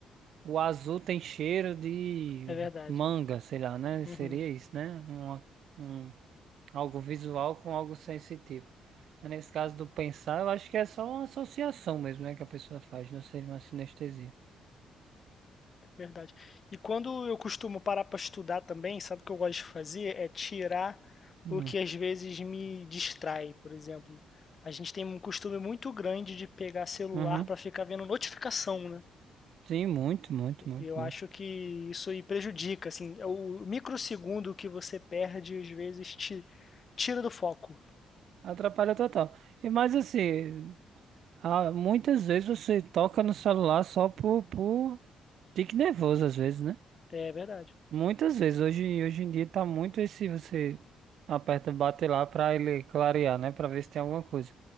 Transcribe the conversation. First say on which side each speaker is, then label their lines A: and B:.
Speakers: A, on the right; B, on the left.
A: o azul tem cheiro de
B: É verdade.
A: manga, sei lá, né? Seria
B: Uhum,
A: isso, né? Uma- um, algo visual com algo sensitivo. Mas nesse caso do pensar, eu acho que é só uma associação mesmo, né? Que a pessoa faz, não seria uma sinestesia.
B: é verdade. E quando eu costumo parar para estudar também, sabe o que eu gosto de fazer? É tirar
A: Hum.
B: o que às vezes me distrai, por exemplo. A gente tem um costume muito grande de pegar celular
A: Uhum.
B: para ficar vendo notificação, né?
A: Sim, muito, muito, muito,
B: E eu
A: muito.
B: acho que isso aí prejudica, assim, é o microsegundo que você perde às vezes te tira do foco.
A: Atrapalha total. E mais assim, ah, muitas vezes você toca no celular só por, por tique nervoso, às vezes, né?
B: É verdade.
A: Muitas vezes. Hoje, hoje em dia tá muito esse você aperta, bate lá pra ele clarear, né? Pra ver se tem alguma coisa.